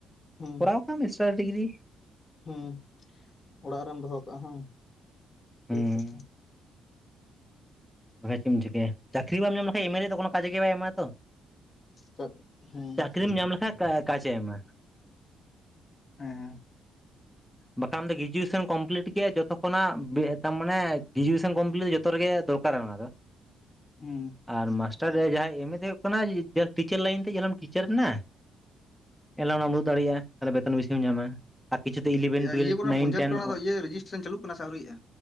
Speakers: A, on the left (about 45°); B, in the centre.
A: ᱦᱩᱸ
B: ᱠᱚᱨᱟᱣ ᱠᱟᱱ ᱢᱤᱥᱴᱟᱨ ᱰᱤᱜᱽᱨᱤ
A: ᱦᱩᱸ ᱚᱲᱟᱜ ᱨᱮᱢ ᱫᱚᱦᱚ ᱠᱟᱜᱼᱟ ᱦᱮᱸ ᱴᱦᱤᱠ
B: ᱦᱩᱸ
A: ᱟᱪᱷᱮ
B: ᱵᱟᱠᱷᱟᱡ ᱪᱮ ᱮᱢ ᱪᱤᱠᱟᱹᱭᱟ ᱪᱟᱹᱠᱨᱤ ᱵᱟᱢ ᱧᱟᱢ ᱞᱮᱠᱷᱟᱱ ᱮᱢᱮ ᱫᱚ ᱠᱳᱱᱚ ᱠᱟᱡᱮ ᱜᱮ ᱵᱟᱭ ᱮᱢᱟ ᱛᱚ
A: ᱪᱟᱜ ᱦᱮᱸ
B: ᱪᱟᱹᱠᱨᱤᱢ ᱧᱟᱢ ᱞᱮᱠᱷᱟᱡ ᱠᱟᱡᱮ ᱮᱢᱟ
A: ᱦᱮᱸ
B: ᱵᱟᱠᱷᱟᱱ ᱫᱚ ᱜᱨᱮᱡᱩᱭᱮᱥᱚᱱ ᱠᱚᱢᱯᱞᱤᱴ ᱜᱮ ᱡᱚᱛᱚ ᱠᱷᱚᱱᱟᱜ ᱟᱨ ᱢᱟᱱᱮ ᱜᱨᱮᱡᱩᱭᱮᱥᱚᱱ ᱠᱚᱢᱯᱞᱤᱴ ᱡᱚᱛᱚ ᱨᱮᱜᱮ ᱫᱚᱨᱠᱟᱨ ᱚᱠᱟᱨᱮ ᱚᱱᱟ ᱫᱚ
A: ᱦᱩᱸ
B: ᱟᱨ ᱢᱟᱥᱴᱟᱨ ᱨᱮ ᱡᱟᱦᱟᱸᱭ ᱮᱢ ᱮ ᱦᱩᱭᱩᱜ ᱠᱟᱱᱟ ᱴᱤᱪᱟᱨ ᱞᱟᱭᱤᱱ ᱛᱮ ᱡᱮᱢ ᱴᱤᱪᱟᱨ ᱮᱱᱟ ᱮᱱᱦᱤᱞᱳᱜ ᱚᱱᱟᱢ ᱩᱫᱩᱜ ᱫᱟᱲᱭᱟᱜ ᱛᱟᱦᱚᱞᱮ ᱵᱮᱛᱚᱱ ᱵᱤᱥᱤᱢ ᱧᱟᱢᱟ ᱠᱤᱪᱷᱩ ᱫᱚ ᱤᱞᱮᱵᱷᱮᱱ
A: ᱤᱭᱟᱹ
B: ᱴᱩᱭᱮᱞᱵᱷ
A: ᱤᱭᱟᱹ ᱠᱚᱨᱮ
B: ᱱᱟᱭᱤᱱ
A: ᱯᱚᱧᱟᱭᱮᱛ
B: ᱴᱮᱱ
A: ᱠᱚᱨᱮ ᱫᱚ ᱤᱭᱟᱹ ᱨᱮᱡᱤᱥᱴᱮᱥᱚᱱ ᱪᱟᱹᱞᱩᱜ ᱠᱟᱱᱟ ᱥᱮ ᱟᱹᱣᱨᱤᱜ-ᱟ